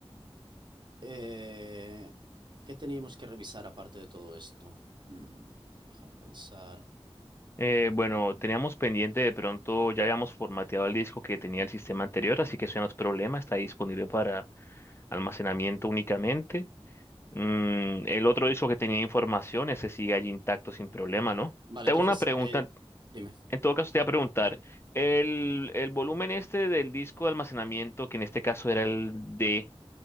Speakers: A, on the right (about 45°); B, on the left (about 25°).
A: Eh, ¿qué teníamos que revisar aparte de todo esto? Mm, déjame pensar.
B: Eh, bueno, teníamos pendiente de pronto, ya habíamos formateado el disco que tenía el sistema anterior, así que eso ya no es problema, está disponible para almacenamiento únicamente. Mm, el otro disco que tenía información, ese sigue allí intacto sin problema, ¿no?
A: Vale,
B: Tengo
A: entonces,
B: una pregunta,
A: eh, dime.
B: en todo caso te voy a preguntar, el, el volumen este del disco de almacenamiento, que en este caso era el D.